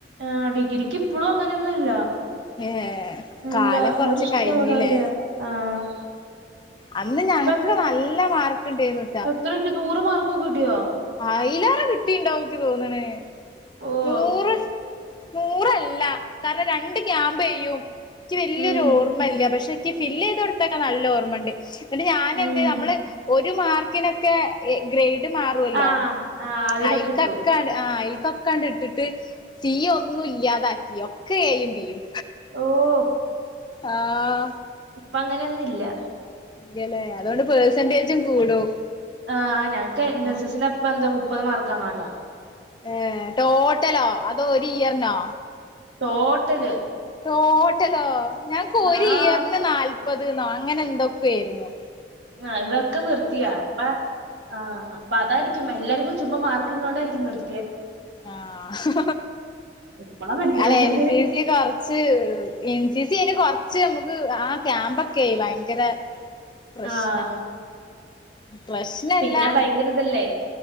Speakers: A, on the right; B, on the left.
A: ആഹ് ഡിഗ്രിക്ക് ഇപ്പളും അങ്ങനൊന്നും അല്ലാ
B: ഏ
A: ഇല്ലാ
B: കാലം കൊറച്ച്
A: അവരിഷ്ട്ട
B: കഴിഞ്ഞില്ലേ
A: ഇള്ളപോലെയാ ആഹ്
B: അന്ന് ഞങ്ങക്ക്
A: ഇപ്പ
B: നല്ല മാർക്ക് ഇണ്ടായിരുന്നു
A: എത്ര കിട്ടി നൂറ് മാർക്കൊക്കെ കിട്ടിയോ
B: അയിലേറെ കിട്ടീണ്ടാവും ഇക്ക് തോന്നണ്
A: ഓഹ്
B: നൂറ്, നൂറല്ലാ കാരണം രണ്ട് ക്യാമ്പെയ്യും ഇൻക്ക് വെല്യൊരു
A: ഉം
B: ഓർമ്മെല്ലാ പക്ഷെ ഇൻക്ക് ഫില്ല് ചെയ്ത് കൊടുത് <unintelligible> നല്ല ഓർമ്മെണ്ട് ഇന്നട്ട് ഞാൻ
A: ഉം
B: എന്ത്, നമ്മള് ഒരു മാർക്കിനൊക്കെ എ ഗ്രേഡ് മാ ട്ടുവല്ലോ
A: ആഹ് ആഹ് അതിനൊക്കെ
B: അയ്ക്കെക്കെ
A: കിട്ടും
B: ആഹ് അയിൽക്കൊക്കാണ്ട് ഇട്ടിട്ട് തീ ഒന്നും ഇല്ലാതാക് യൊ ഒക്കെ എയും ബിയും
A: ഓഹ്
B: ആഹ്
A: ഇപ്പ അങ്ങനെയൊന്നും ഇല്ലാ.
B: ഇല്ലല്ലേ അതുകൊണ്ട് പെഴ്സെന്റേജും കൂടും
A: ആഹ് ഞങ്ങക്ക് എൻ
B: ആ
A: എസ് എസ്സിന് അപ്പം എന്തോ മുപ്പത് മാർക്കെങ്ങാണ്ടാ
B: ഏഹ് ടോട്ടലോ അതോ ഒരു ഇയറിനോ?
A: ടോട്ടല്
B: ടോട്ടലോ, ഞങ്ങക്ക് ഒരു
A: ആഹ്
B: ഇയറിന് നാല്പത് ന്നോ അങ്ങനെ എന്തൊക്കോ ആയിരുന്നു
A: ആഹ് ഇതൊക്കെ നിർത്തിയാ അപ്പ ആഹ് അപ്പ അതായിരിക്കും എല്ലാർക്കും ചുമ്മാ മാർക്ക് ഇടുന്നോണ്ടായിരിക്കും നിർത്തിയെ
B: ആഹ്
A: ഇപ്പളാ മനസ്സിലായേ
B: അല്ലാ എൻ സി സി കൊറച് ച്ച്, ഏഹ് എൻ സി സി അയിന് കൊറച്ച് നമ്മക്ക് ആ ക്യാമ്പൊക്കെയെ ഭയങ്കര പ്രശ്നാ
A: ആഹ്
B: പ്രശ്നല്ലാ
A: പിന്നെ ഭയങ്കര ഇതല്ലേ